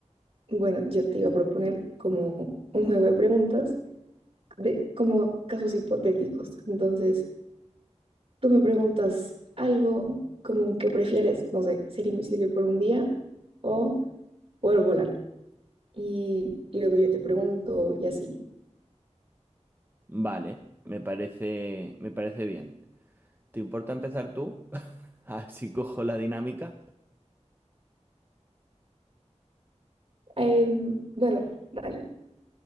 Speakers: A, on the right; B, on the right.
A: Bueno, yo te iba a proponer como un juego de preguntas de como casos hipotéticos. Entonces, tú me preguntas algo como que prefieres, no sé, ser invisible por un día o poder volar. Y luego yo te pregunto y así.
B: Vale, me parece, me parece bien. ¿Te importa empezar tú? <laughs> Así cojo la dinámica.
A: Em, bueno, dale.